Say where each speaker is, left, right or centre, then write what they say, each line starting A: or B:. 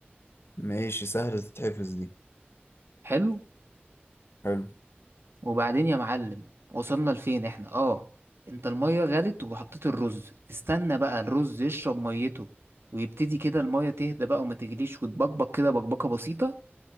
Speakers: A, on the left; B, on the right.
A: ماشي سهله تتحفظ دي
B: حلو
A: حلو
B: وبعدين يا معلم وصلنا لفين احنا اه انت المية غلت وحطيت الرز استنى بقى الرز يشرب ميته ويبتدي كده المية تهدى بقى وما تجليش وتبقبق كده بقبقة بسيطة